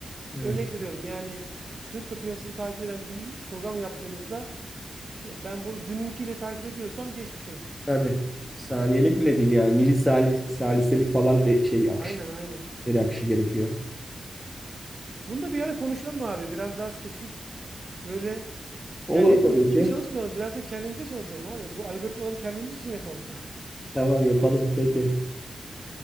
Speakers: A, in the centre; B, on the right.
A: evet.
B: Örnek veriyorum yani kripto piyasasını takip eden bir program yaptığınızda ya ben bunu dününkiyle takip ediyorsam geçmiş olsun.
A: Tabii. Saniyelik bile değil yani. Milisali, saliselik falan ve şey akışı,
B: Aynen aynen aynen.
A: geri akışı gerekiyor.
B: Bunu da bir ara konuşalım abi. Biraz daha spesifik böyle
A: Olur
B: yani hep
A: tabii
B: müşteriye
A: ki.
B: çalışmayalım. Biraz da kendimize çalışalım abi. Bu algoritmaları kendimiz için yapalım.
A: Tamam yapalım. Peki.